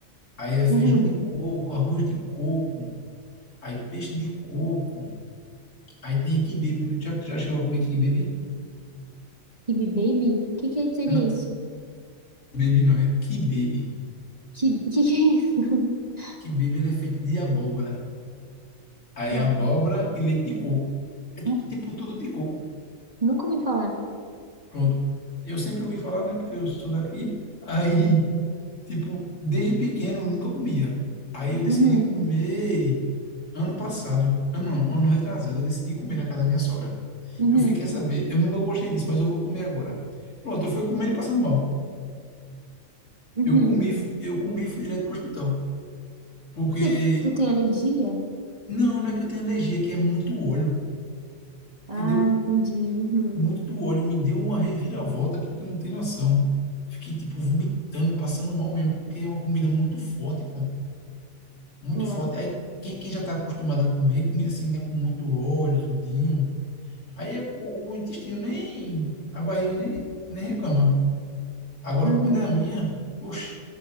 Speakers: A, on the left; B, on the right.
A: Aí é feijão
B: Uhum.
A: de coco, arroz de coco, aí peixe de coco, aí tem quibe também. Já, já chegou a comer quibe?
B: Kibe baby? O que que seria
A: Não,
B: isso?
A: baby não, é kibbaby.
B: Que <laughs> que, que é isso? <laughs>
A: Kibbaby ele é feito de abóbora. Aí
B: Não,
A: abóbora e leite de coco. É tudo,
B: nu-
A: tipo tudo de coco.
B: nunca ouvi falar.
A: Pronto. Eu sempre ouvi falar, né? Porque eu sou daqui. Aí, tipo, desde pequeno eu nunca comia. Aí eu decidi
B: Uhum,
A: comer ano passado. Ano, não, ano retrasado, eu decidi comer na casa da minha sogra.
B: uhum,
A: Eu fiquei a saber, eu nunca gostei disso, mas eu vou comer agora. Pronto, eu fui comendo e passando mal.
B: uhum.
A: Eu comi, eu comi e fui direto para o hospital. Porque
B: Porque tu tem alergia?
A: Não, não é que eu tenho alergia, é que é muito óleo,
B: Ah,
A: entendeu?
B: entendi. Uhum.
A: Muito óleo. Me deu uma reviravolta que tu não tem noção. Fiquei, tipo, vomitando, passando mal mesmo, porque é uma comida muito forte, pô. Muito
B: É.
A: forte. Aí, quem, quem já tá acostumado a comer comida assim, né, com muito óleo, tudinho, aí é- o, o intestino nem, a barriga nem, nem reclama. Agora,
B: Uhum.
A: quando é a minha, oxe,